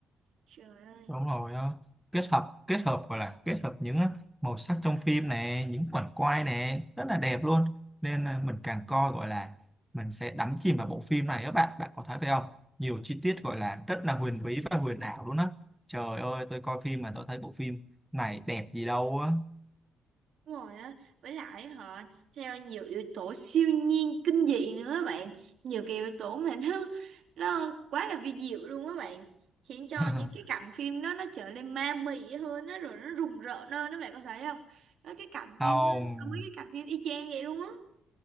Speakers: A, on the right (about 65°); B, in the centre.
A: trời ơi
B: đúng rồi á kết hợp kết hợp gọi là kết hợp những ờ, màu sắc trong phim này những qucảnh quay này rất là đẹp luôn nên là mình càng coi gọi là mình sẽ đắm chìm vào bộ phim này á bạn bạn có thấy phải không nhiều chi tiết gọi là rất là huyền bí và huyền ảo luôn á trời ơi tôi coi phim mà tôi thấy bộ phim này đẹp gì đâu á
A: Đúng rồi á, với lại họ theo nhiều yếu tố siêu nhiên kinh dị nữa á bạn, nhiều cái yếu tố mà nó nó quá là vi diệu luôn á bạn, khiến cho
B: <laughs>
A: những cái cảnh phim đó nó trở nên ma mị hơn nó rồi nó rùng rợn hơn đó bạn có thấy không? Có cái cảnh
B: không
A: phim có mấy cái cảnh phim y chang vậy luôn á.